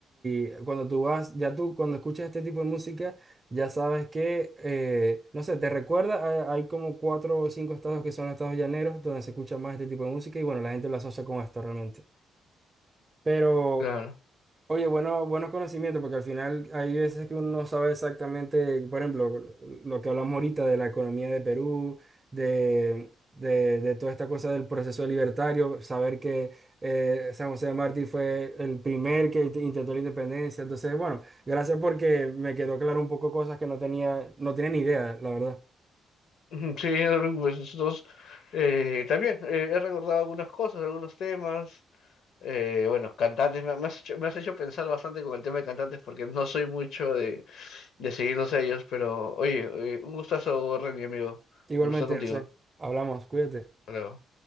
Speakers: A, on the right; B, on the left.
A: y cuando tú vas, ya tú cuando escuchas este tipo de música ya sabes que, eh, no sé, te recuerda, hay, hay como cuatro o cinco estados que son estados llaneros donde se escucha más este tipo de música y bueno, la gente lo asocia con esto realmente. Pero
B: claro.
A: Oye, bueno, buenos conocimientos, porque al final hay veces que uno no sabe exactamente, por ejemplo, lo que hablamos ahorita de la economía de Perú, de, de- de toda esta cosa del proceso libertario, saber que eh, San José de Martí fue el primer que int- intentó la independencia. Entonces, bueno, gracias porque me quedó claro un poco cosas que no tenía, no tenía ni idea, la verdad.
B: Ujú, Sí, no te preocupes, nosotros eh, también eh, he recordado algunas cosas, algunos temas. eh, bueno, cantantes, me, me has hecho, me has hecho pensar bastante con el tema de cantantes porque no soy mucho de, de seguirlos a ellos, pero oye, eh, un gustazo, Renny, amigo,
A: Igualmente,
B: conversar contigo.
A: José, hablamos, cuídate.
B: Hasta luego.